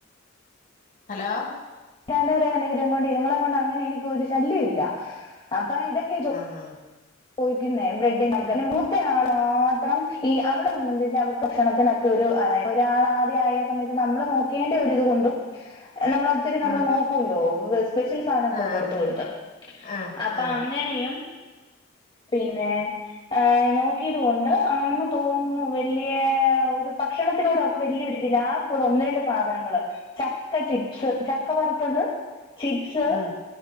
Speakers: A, on the left (about 40°); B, on the left (about 25°).
A: ഹലോ
B: ഇക്കാന്റെ ഒരു അനുഗ്രഹം കൊണ്ട് ഇതുങ്ങളെ കൊണ്ടങ്ങനെ എനിക്ക് ഒരു ശല്യം ഇല്ല അപ്പൊ ഇതൊക്കെ ജോ
A: ആഹ്
B: ചോയ്ക്കുന്നെ <unintelligible> മൂത്തയാള് മാത്രം ഈ അവളെ സംബന്ധിച്ച് അവ ഭക്ഷണത്തിനൊക്കെ ഒരു അതായത് ഒരാൾ ആദ്യായ സമയത്ത് നമ്മള് നോക്കേണ്ട ഒരിത് കൊണ്ടും നമ്മളൊത്തിരി നമ്മളെ
A: ആ
B: നോക്കൂല്ലോ <unintelligible> സ്പെഷ്യൽ സാനൊക്കെ
A: ആ
B: കൊടുത്ത് കൊടുത്ത്
A: ആ
B: അപ്പങ്ങനെയും
A: ആ
B: പിന്നെ ഏ നോക്യീത് കൊണ്ട് ആന്ന് തോന്നുന്നു വെല്യേ ഒരു ഭക്ഷണത്തിനോട് അ വെല്യോരിതില്ല ആ കൂടെ ഒന്ന് രണ്ട് സാധനങ്ങള് ചക്ക ചിപ്സ് ചക്ക വർത്തത് ചിപ്സ്
A: ഉം